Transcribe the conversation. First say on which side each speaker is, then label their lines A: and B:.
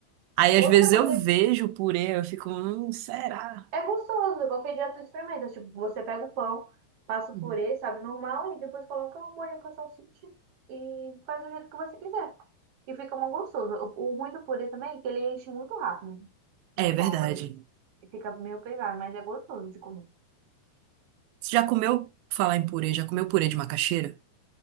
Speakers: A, on the right; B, on the right.
A: Aí,
B: Outra
A: às vezes,
B: coisa
A: eu vejo o purê, eu fico... Hum, será?
B: É gostoso, qualquer dia tu experimenta. Tipo, você pega o pão, passa o
A: Uhum.
B: purê, sabe, normal, e depois coloca o molho com a salsicha e faz do jeito que você quiser. E fica muito gostoso. O, o ruim do purê também é que ele enche muito rápido no
A: É
B: pão,
A: verdade.
B: mas fica meio pesado, mas é gostoso de comer.
A: Você já comeu... Falar em purê, já comeu purê de macaxeira?